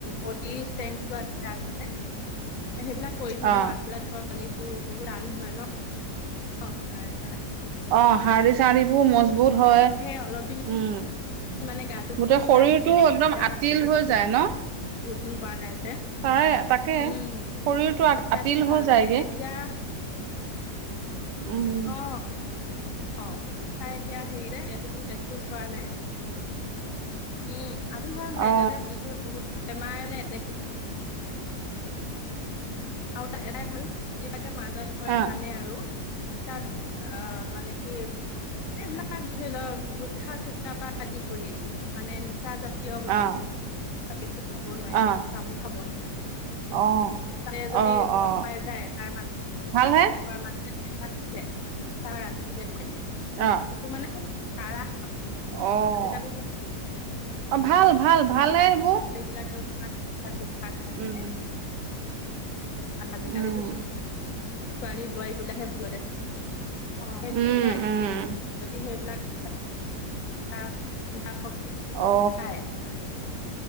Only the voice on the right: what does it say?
অ
অ', হাৰ্ডি চাৰ্ডিবোৰ মজবুত হয়,
উম।
গোটেই
শৰীৰটো
একদম
আতিল
হৈ
ন'।
তাৰে তাকে
শৰীৰটো আ-
আতিল
হৈ
যায়গে
উম
অ
অ
অ
অ
অ'।
অ
অ
ভালহে
অ'।
অ',
অ', ভাল, ভাল ভালহে এইবোৰ।
উম
উম
উম উম
অ